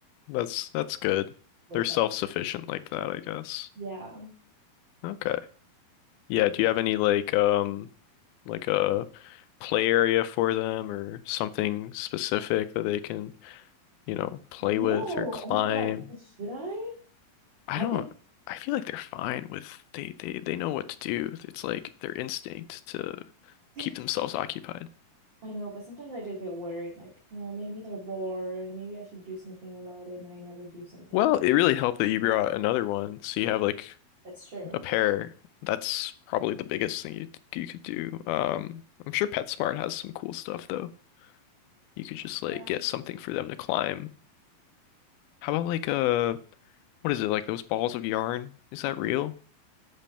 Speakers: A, on the left (about 85°); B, on the right (about 35°).
A: that's that's good.
B: Wake
A: They're self-sufficient
B: up.
A: like that, I guess.
B: Yeah.
A: Okay. Yeah, do you have any like um like a play area for them or something specific that they can, you know, play with
B: No.
A: or climb?
B: Oh my God. Should I?
A: I
B: I've
A: don't
B: been,
A: I feel like they're fine with they they they know what to do. It's like their instinct to
B: <laughs>
A: keep themselves occupied.
B: I know, but sometimes I do get worried, like, oh, maybe they're bored. Maybe I should do something about it, and I never do something
A: Well,
B: about
A: it
B: it.
A: really helped that you brought another one. So you have like
B: That's true.
A: a pair. That's probably the biggest thing you you could do. Um, I'm sure PetSmart has some cool stuff though. You could just like
B: Yeah.
A: get something for them to climb. How about like uh what is it? Like those balls of yarn? Is that real?